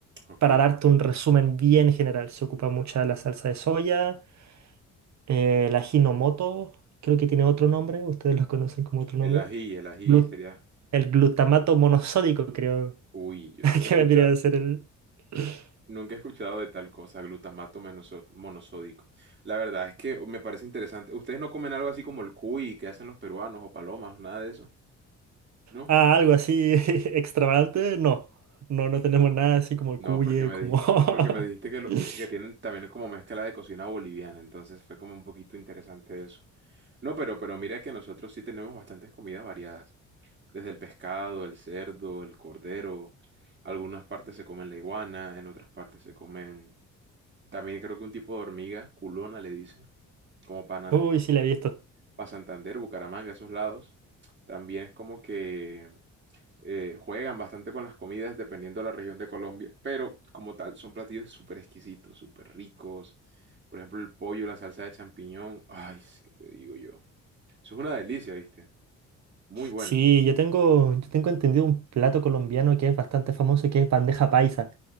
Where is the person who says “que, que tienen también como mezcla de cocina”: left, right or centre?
Right